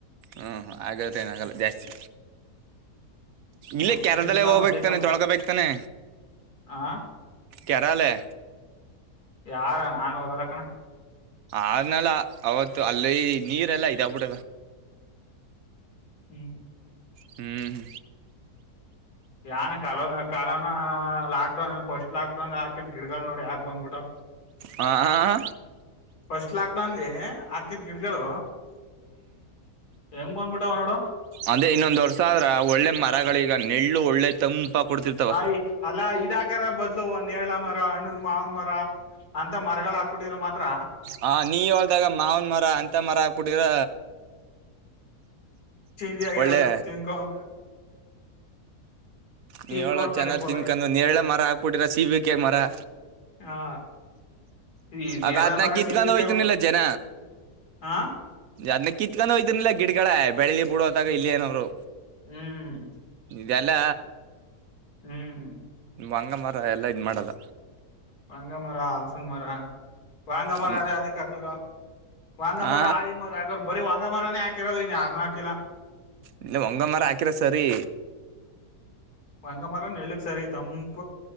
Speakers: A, on the right (about 70°); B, on the left (about 80°).
A: ಹ್ಮ್ ಆಗರತ್ತೆ ಏನಾಗಲ್ಲ ಜಾಸ್ತಿ ಇಲ್ಲ
B: ಮಗುಕ್
A: ಕೆರೆದಲ್ಲೇ
B: ಬಿದ್ದಿಲ್ಲ
A: ಹೋಗ್ಬೇಕಕ್ತಾನೆ
B: ಮಧ್ಯಕ್ಕೆ
A: ತೊಳ್ಕಬೇಕತಾನೆ
B: ಆ
A: ಕೇರಲಿ
B: ಯಾರ ನಾನು ಹೋಗಲ ಕಣ
A: ಆದನಲ್ಲ ಅವತ್ತು ಅಲ್ಲಯ್ ನೀರೆಲ್ಲ ಇದವ ಬಿಡ
B: ಹ್ಮ್
A: ಹ್ಮ್್ಮ
B: ಯಾನ ಕರೋನಾ ಕರೋನಾ ಲಾಕ್ ಡೌನ್ ಅಲ್ಲಿ ಫಸ್ಟ್ ಲಾಕ್ ಡೌನ್ ಹಾಕಿದ್ ಗಿಡಗಳು ನೋಡಿ ಹಾಕ್ ಬಂದ್ಬಿಟ್ಟು
A: ಹ ಹ
B: ಫಸ್ಟ್ ಲಾಕ್ಡೌನ್‌ಲ್ಲಿ ಹಾಕಿದ್ ಗಿಡಗಳು ಹೆಂಗ್ ಬಂದ್ಬಿಟ್ಟಾವ ನೋಡು
A: ಅಂದ್ರೆ ಇನ್ನೊಂದ್ ವರ್ಷ ಆದ್ರ ಒಳ್ಳೆ ಮರಗಳ ಈಗ ನೆಳ್ಳು ಒಳ್ಳೆ ತಂಪ ಕೊಡ್ತಿರ್ತಾವ
B: ಹಯ್ ಅಲ್ಲಾ ಇ ಇದಾಕರ ಬದ್ಲು ಒ ನೇರಳ ಮರ ಹಣ್ಣನ್ ಮಾವನ ಮರ ಅಂತ ಮರಗಳ ಹಾಕ್ಬಿಟ್ಟರ ಮಾತ್ರ.
A: ಹ ನೀ ಹೊಳ್ದಾಗ ಮಾವನ್ ಮರ ಅಂತ ಮರ ಹಾಕ್ಬಿಟ್ಟಿದರ
B: ಚಿಂದಿ ಆಗಿರೋದು
A: ಒಳ್ಳೆ
B: ತಿನ್ಕೊಂಡ ತಿನ್ಕೊಂಡ್ಕೊಂಡ್
A: ನೀವ ಹೇಳ ಚೆನ್ನಾಗ್
B: ಇರ್ಬೋದಾಯ್ತು
A: ತಿನ್ಕಂಡು ನೇರಳೆ ಮರ ಹಾಕ್ಬಿಟ್ಟಿರ ಸಿಬಿಕಾಯಿ ಮರ
B: ಹಾ ಈ
A: ಅಕ
B: ನೇರಳ
A: ಅದ ನ
B: ಮರ
A: ಕಿತ್ಕೊಂಡ
B: ಸೀಬಿಕಾಯಿ
A: ಹೋಗಯ್ತನಲ್ಲ ಜನ
B: ಹಾ
A: ಅದ್ನ ಕಿತ್ಕೊಂಡೋ ಹೋಯ್ತಿನಿಲ್ಲ ಗಿಡಗಳ ಬೆಳಿಲಿ ಬಿಡೋದಾಗ ಇಲ್ಲಿೇನ್ರು
B: ಹ್ಮ್
A: ಗಲ್ಲ
B: ಹ್ಮ್ ಹ್ಮ್
A: ಅಂಗಮರ ಎಲ್ಲ ಇದು ಮಾಡೋಲ್ಲ
B: ಬಂಗ ಮರಾ ಅಲ್ಸಲ್ ಮರಾ ವಾಂಗ ಮರ
A: ಅದ್ನ
B: ಅದ ಅತಿ ಕಕರಾ ವಾಂಗ
A: ಆ
B: ಮರ ಆಯಿ ಮರ ಯಾಕಾರ ಬರಿ ವಾಂಗ ಮರನೇ ಹಾಕಿರೋದು ನೀ ಅದ ನಾಕಿಲ್
A: ಇಲ್ಲ ಒಂಗಮ್ಮರ ಹಾಕಿರ ಸರಿ
B: ಒಂಗಮ್ಮರನ್ ನೆರಳು ಸರಿ ತಂಪ